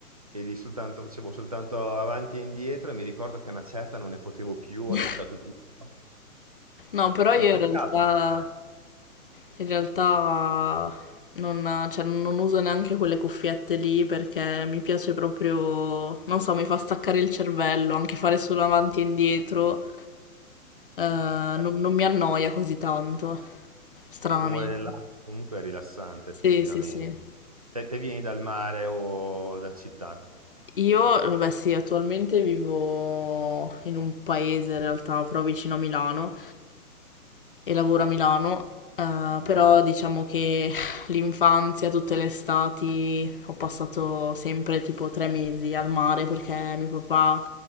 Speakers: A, on the right; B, on the left.
A: e lì soltanto, facevo soltanto avanti e indietro e mi ricordo che a una certa non ne potevo più, ho
B: <laughs>
A: lasciato tutto.
B: No, però io
A: Eh, per
B: in realtà...
A: caso, perché
B: In realtà non, cioè, non uso neanche quelle cuffiette lì perché mi piace proprio, non so, mi fa staccare il cervello, anche fare solo avanti e indietro, eh, non,
A: eh,
B: non mi annoia così tanto, stranamente.
A: il rumore dell'acqua comunque è rilassante,
B: Sì,
A: effettivamente.
B: sì, sì.
A: Te, te vieni dal mare o da città?
B: Io, vabbè, sì, attualmente vivo in un paese in realtà, però vicino a Milano e lavoro a Milano, eh,
A: Mm.
B: però diciamo che <laughs> l'infanzia, tutte le estati, ho passato sempre tipo tre mesi al mare perché mio papà,